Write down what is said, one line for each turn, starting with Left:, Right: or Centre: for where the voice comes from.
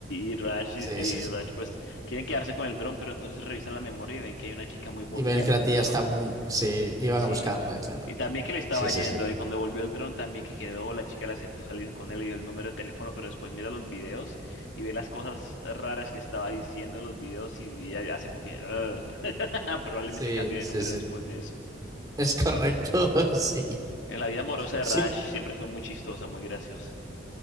Left: y Rash,
Right: Sí,
Left: y y
Right: sí, sí.
Left: Rash pues quieren quedarse con el dron, pero entonces revisan la memoria y ven que hay una chica muy bonita
Right: Y ven
Left: en
Right: que
Left: los
Right: la
Left: videos.
Right: tía está... mm, Sí, iban
Left: Mm, Sí.
Right: a buscarla, claro.
Left: Y también que le estaba
Right: Sí, sí,
Left: yendo,
Right: sí.
Left: eh, cuando volvió el dron también que quedó, la chica le aceptó salir con él, le dio el número de teléfono, pero después mira los videos y ve las cosas raras que estaba diciendo en los videos y ella hace como que "Ah". <laughs> Probablemente
Right: Sí,
Left: cambió de
Right: sí,
Left: número
Right: sí.
Left: después de eso.
Right: Es correcto, <laughs> sí.
Left: En la vida amorosa de
Right: Sí,
Left: Rash siempre fue muy chistosa, muy graciosa.